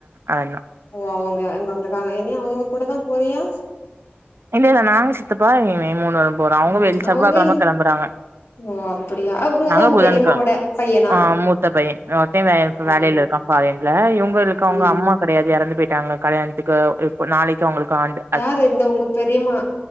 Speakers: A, on the right; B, on the left.
A: அறிஞ்ஞா
B: ஓ அவுங்க அங்க வந்திருக்காங்க ஏ நீ அவுங்க கூடதா போறியா
A: இல்ல இல்ல நானு சித்தப்பா இவே மூணு பேரு போறோ அவுங்க
B: ம்
A: வெளி செவ்வாக்கெழம
B: அவங்க
A: கெளம்புறாங்க
B: ஓ அப்டியா அ இவுங்கதா
A: நாங்க
B: உங்க
A: புதன்கெழம
B: பெரியம்மாவோட பையனா
A: ஆ மூத்த பையே இவே ஒருத்தே வே இப்ப
B: ஓ
A: வேலேல இருக்கா ஃபாரின்ல இவுங்களுக்கு அவுங்க
B: ம்
A: அம்மா கெடையாது எறந்து போயிட்டாங்க கல்யாணத்துக்கு இப்ப நாளைக்கு அவுங்களுக்கு ஆண்டு
B: யாரு இந்த உங்க பெரியமா